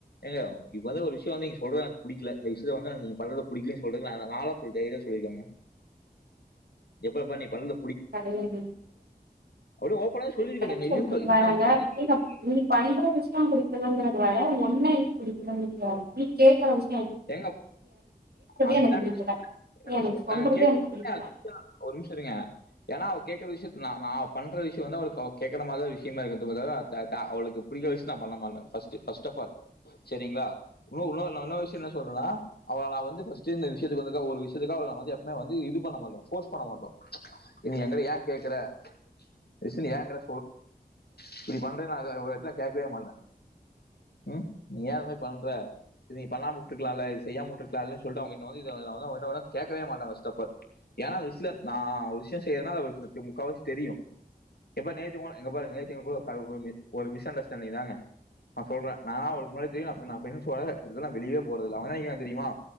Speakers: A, on the left; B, on the right.
A: ஏங்க இப்ப வந்து ஒரு விஷயோ வந்து நீங்க சொல்றது எனக்கு ப புடிக்கல தயவுசெய்து வந்து அங்க நீ பண்றத புடிக்கலன்னு சொல்றது நால நாலா ஒரு தைரியா சொல்லிருக்காங்க எப்பரப்பா நீ பண்து
B: கிடையாது
A: அப்படியே ஓப்பனா சொல்லியிருக்கேன்
B: இப்ப நம்ம
A: நான்
B: சொல்றீங்க
A: இல்லைன்னு சொல்ல- இல்ல
B: நாங்க
A: அவங்க என்ன
B: நீங்க
A: கேட்டு-
B: நீ பண்ற விஷயோ பிடிக்கலன்கிறது வேற ஒன்ன எனக்கு பிடிக்கலன்றது வேற நீ கேக்ற விஷயோ
A: ஏங்க அதுதாங்க
B: எனக்கு பிடிக்கல
A: சொல்லற
B: நீ எனக்கு
A: விஷ்யோ
B: சொல்றதே
A: நாங் கேக்
B: எனக்கு பிடிக்கல
A: <unintelligible> ஒரு நிமிஷோ இருங்க ஏன்னா அவள் கேட்கற விஷயத்த நா நா பண்ற விஷ்யோ வந்து அவளுக்கு அவ கேக்கற மாரிதா ஒரு விஷயமா இருக்குதுக்கு பதிலா அத்த அவளுக்கு புடிக்க விஷயோ நா பண்ணலமாட்டே பஸ்ட் பஸ்டஃபால் சரிங்களா இன்னோ இன்னோ த்து என்னா சொல்லறேனா அவல நா வந்து பஸ்டே இந்த விஷயத்துக்கு வந்துகா ஒரு விஷயத்துக்கா நா வந்து எப்பவுமே வந்து இது பணண் மாட்டோ ஃபோர்ஸ் பண்ண மாட்டோ இனி எங்கள வந்து ஏ கேக்குற ரிசின் எங்கர் இப்பிடி பண்ற நா எதோ ஒரு இத கேக்கவே மாட்டே ம் ஏ இதுமே பண்ற நீ பண்ணாமவுட்டு இத்துருக்கலால்ல செய்யமாவிட்டுருக்கிலாமில்ல சொல்லுட்டு அவங்ககிட்ட இத வந்து கேக்க மாட்டே பஸ்டஃபால் ஏ நான அந்த விஷதுல நா விஷயம் செய்யிறேனா முக்காவாசி தெரியு எப்பா நேத்து கூ இங்க பாருங்க நேத்து கூட ஒரு மிஸ்அண்டர்ட ஸ்டாண்டிங்தாங்க நா சொல்றே நாலா அவளுக்கு முன்னாடி தெரியும் நா ஃபிரண்ட்ஸ்வோட இதலா வெளியே போறது இல்ல அவ நெனைக்கிற தெரியுமா